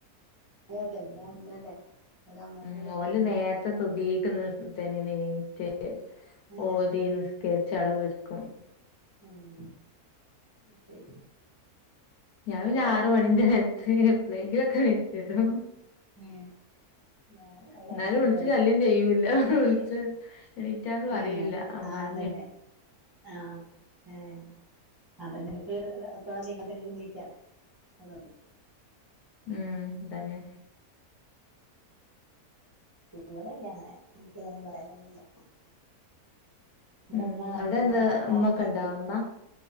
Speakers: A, on the right; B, on the left.
A: അത അതെ ഇവിടെ അമ്മ അതെ ഇവിടെ അമ്മായിമ്മ
B: ഉം
A: അതെ
B: ഓല്
A: നേരത്തെ
B: നേര്ത്തെ
A: എണീക്കും
B: സുബയ്ക്ക് നിസ് <unintelligible>
A: ഏഹ്
B: ഓതി നിസ്കര്ച്ചവ്ടെ കെട്ക്കും
A: ആഹ് ശരി
B: ഞാൻ
A: ഇവിടെ
B: പിന്നെ
A: അതാ
B: ആറ്
A: അമ്മ
B: മണിന്റെ ര്ത്ത് എപ്പ്ളേങ്കിലൊക്കെ നീച്ച് വരും
A: ഏഹ് ഞാനിതാ ഇവിടെ
B: എന്നാലും
A: ആറ് മണിക്കാ
B: വിളിച്ച് ശല്ല്യം ചെയ്യൂല്ല
A: എണീക്കല്
B: വിളിച്ച് എണീറ്റാന്ന് പറയില്ല
A: ഏഹ്
B: അമ്മായിമ്മീം
A: ആഹ് അതന്നെ ആഹ് ഏ <unintelligible>
B: ഉം തന്നെ
A: ഇവിടെല്ല അങ്ങനെ എനിക്ക് ഇതൊന്നും പറയാനൊന്നുല്ല ഇവടെ
B: ഉം
A: അമ്മ <unintelligible>
B: അവിടെ എന്താ
A: അമ്മ നാർത്ത
B: ഉമ്മക്കെ
A: നീക്കേ
B: ഉണ്ടോ അമ്മ